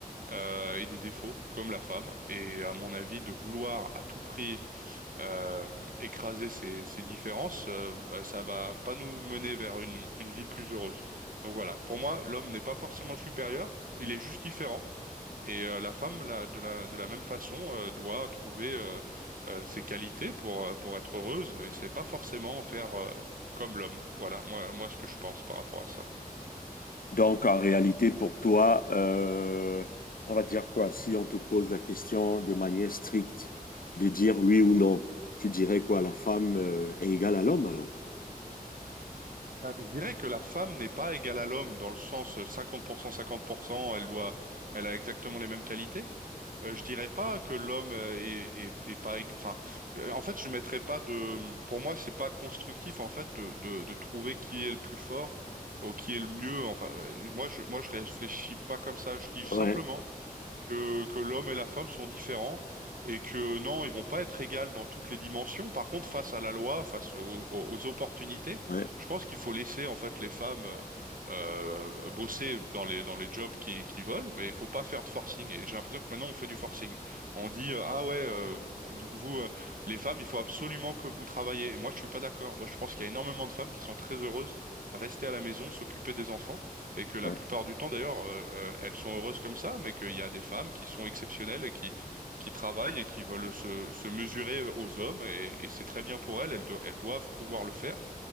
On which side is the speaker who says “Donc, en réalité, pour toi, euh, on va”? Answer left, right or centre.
Left